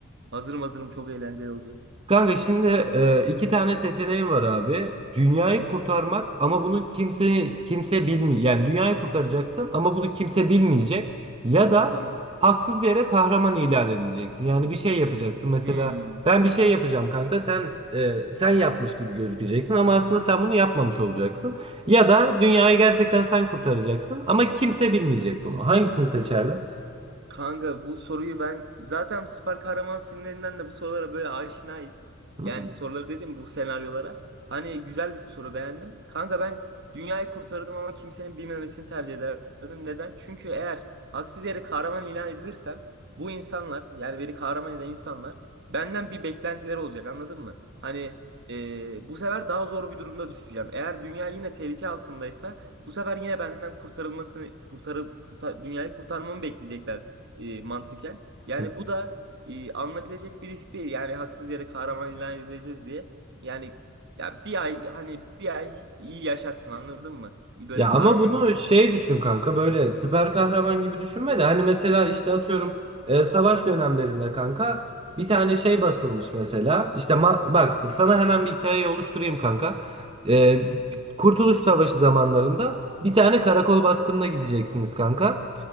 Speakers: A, on the right; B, on the right.
A: Hazırım hazırım çok eğlenceli olacak.
B: Kanka şimdi e, iki tane seçeneğin var abi. Dünyayı kurtarmak ama bunu kimse kimse bilmiyor. Yani dünyayı kurtaracaksın ama bunu kimse bilmeyecek. Ya da
A: Tamam.
B: haksız yere kahraman ilan edileceksin. Yani bir şey yapacaksın. Mesela
A: Hmm.
B: ben bir şey yapacağım kanka. Sen e, sen yapmış gibi gözükeceksin ama aslında sen bunu yapmamış olacaksın. Ya da dünyayı gerçekten sen kurtaracaksın ama kimse bilmeyecek bunu. Hangisini seçerdin?
A: Kanka bu soruyu ben zaten süper kahraman filmlerinden de bu sorulara böyle aşinayız.
B: Hı
A: Yani soruları dedim bu senaryolara. Hani güzel bir soru beğendim. Kanka ben dünyayı kurtardım ama kimsenin bilmemesini tercih ederdim. Neden? Çünkü eğer haksız yere kahraman ilan edilirsem bu insanlar yani beni kahraman eden insanlar benden bir beklentileri olacak anladın mı? Hani e, bu sefer daha zor bir durumda düşeceğim. Eğer dünya yine tehlike altındaysa bu sefer yine benden kurtarılmasını kurtarıl kurtar, dünyayı kurtarmamı bekleyecekler e, mantıken. Yani
B: hı.
A: bu da e, alınabilecek bir risk değil. Yani haksız yere kahraman ilan edileceğiz diye. Yani ya bir ay hani bir ay iyi yaşarsın anladın mı? Böyle
B: Ya
A: kahraman
B: ama bunu
A: gibi.
B: şey düşün kanka böyle süper kahraman gibi düşünme de hani mesela işte atıyorum e, savaş dönemlerinde kanka bir tane şey basılmış mesela işte ma- bak sana hemen bir hikayeyi oluşturayım kanka. E,
A: Hı
B: Kurtuluş Savaşı zamanlarında bir tane karakol baskınına gideceksiniz kanka.